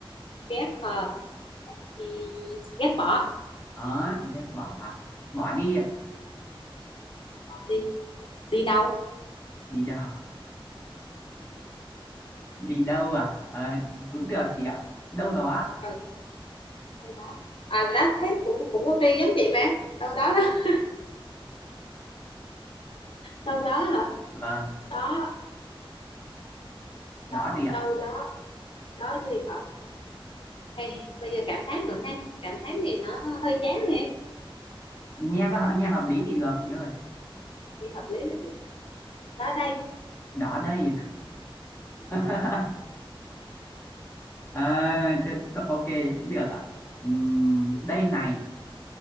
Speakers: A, on the left (about 65°); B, on the left (about 25°).
A: ghét hả Ừm, ghét bỏ
B: đó ghét bỏ à? bỏ đi ạ.
A: bỏ đi đi đâu
B: đi đâu đi đâu à Ờ, cũng được chị ạ đâu đó ạ.
A: ừ đâu đó à đó thấy cũng cũng có đi giống chị mà đâu đó đó <laughs> đâu đó hả
B: vâng
A: đó
B: đó
A: đó
B: gì ạ
A: đâu đó đó gì hả hey, bây giờ cảm thán nữa nè cảm thán thì nó hơi chán nè
B: nghe có hợp- nghe hợp lý thì được chị ơi
A: thì hợp lý là được đó đây
B: đó đây <laughs> à, tự, ok cũng được ạ Ừm,
A: Ừ,
B: đây này